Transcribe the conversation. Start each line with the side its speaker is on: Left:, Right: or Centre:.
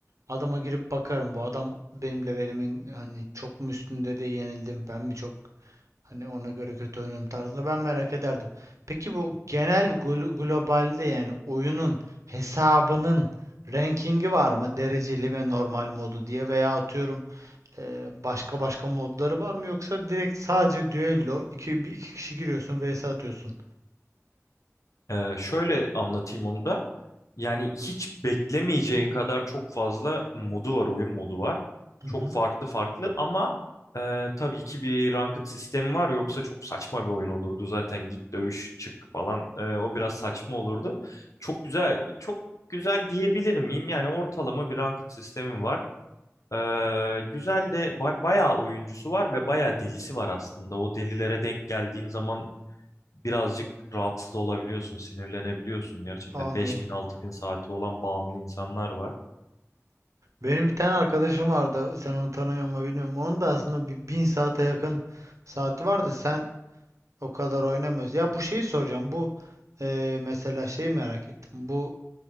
Right: Adama girip bakarım bu adam benim levelimin hani çok mu üstünde de yenildim ben mi çok hani ona göre kötü oynuyorum tarzında ben merak ederdim. Peki bu genel glo- globalde yani oyunun hesabının rankingi var mı dereceli ve normal modu diye veya atıyorum ee, başka başka modları var mı yoksa direkt sadece düello iki, bir- iki kişi giriyorsun vs atıyorsun.
Left: Ee, şöyle anlatayım onu da. Yani hiç beklemeyeceğin kadar çok fazla modu var, oyun modu var.
Right: Hı
Left: Çok
Right: hı.
Left: farklı farklı ama e, tabii ki bir ranked sistemi var. Yoksa çok saçma bir oyun olurdu zaten. Git dövüş çık falan. E, o biraz saçma olurdu. Çok güzel, çok güzel diyebilir miyim? Yani ortalama bir ranked sistemi var. E, güzel de ba- bayağı oyuncusu var ve bayağı delisi var aslında. O delilere denk geldiğin zaman birazcık rahatsız olabiliyorsun, sinirlenebiliyorsun gerçekten.
Right: Aa, Anladım.
Left: 5000-6000 saati olan bağımlı insanlar var.
Right: Benim bir tane arkadaşım vardı. Sen onu tanıyor mu bilmiyorum. Onun da aslında bir bin saate yakın saati var da sen o kadar oynamıyorsun. Ya bu şeyi soracağım. Bu e, mesela şeyi merak ettim. Bu